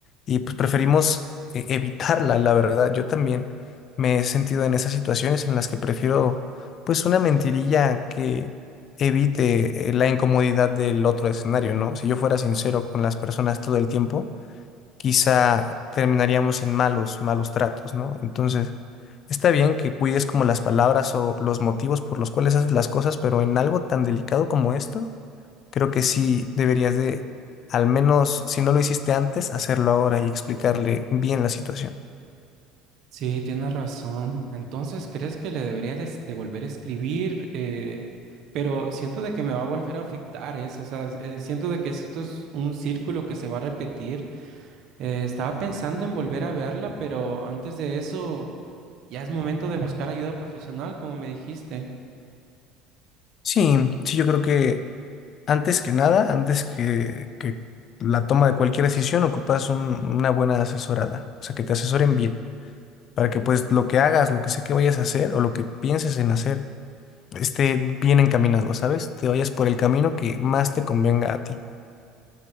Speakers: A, on the left (about 45°); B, on the right (about 55°).
A: Y pues preferimos eh, evitarla, la verdad. Yo también me he sentido en esas situaciones en las que prefiero pues una mentirilla que evite eh, la incomodidad del otro escenario, ¿no? Si yo fuera sincero con las personas todo el tiempo, quizá terminaríamos en malos, malos tratos, ¿no? Entonces, está bien que cuides como las palabras o los motivos por los cuales haces las cosas, pero en algo tan delicado como esto, creo que sí deberías de, al menos si no lo hiciste antes, hacerlo ahora y explicarle bien la situación.
B: Sí, tienes razón. Entonces, ¿crees que le debería des- de volver a escribir? Eh, pero siento de que me va a volver a afectar eso. O sea, s- eh, siento de que esto es un círculo que se va a repetir. Eh, estaba pensando en volver a verla, pero antes de eso, ya es momento de buscar ayuda profesional, como me dijiste.
A: Sí, sí, yo creo que antes que nada, antes que, que la toma de cualquier decisión, ocupas un- una buena asesorada, o sea, que te asesoren bien, para que pues lo que hagas, lo que sea que vayas a hacer o lo que pienses en hacer, esté bien encaminado, ¿sabes? Te vayas por el camino que más te convenga a ti.